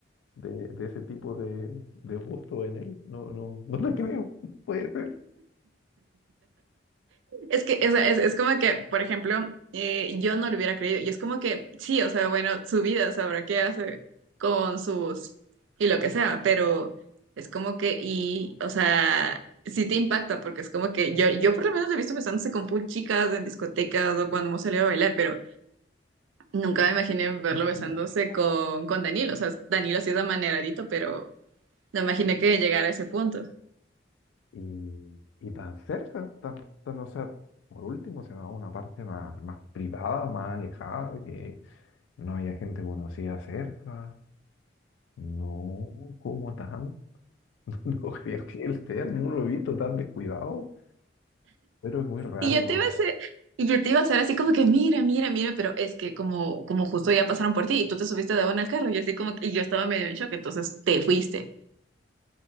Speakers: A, on the left; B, on the right.
A: de, de ese tipo de, de gusto en él. No, no, <laughs> no te creo. <laughs> No puede ser.
B: Es que es, es, es como que, por ejemplo, eh, yo no lo hubiera creído. Y es como que, sí, o sea, bueno, su vida sabrá qué hace con sus y lo que sea, pero es como que, y, o sea, sí te impacta, porque es como que yo, yo por lo menos lo he visto besándose con full chicas en discotecas o cuando hemos salido a bailar, pero nunca me imaginé verlo
A: Y,
B: besándose con, con Danilo. O sea, Danilo sí es amaneradito, pero no imaginé que llegara a ese punto.
A: y, y tan cerca, tan, tan, o sea, por último se va a una parte más, más privada, más alejada, que no haya gente conocida cerca. No, como tanto. <laughs> No creo que él sea, no lo he visto tan descuidado, pero es muy raro,
B: Y yo
A: ¿no?
B: te iba a hacer, y yo te iba a hacer así como que, mira, mira, mira, pero es que como, como justo ya pasaron por ti y tú te subiste de buena al carro y así como que, y yo estaba medio en shock, entonces te fuiste.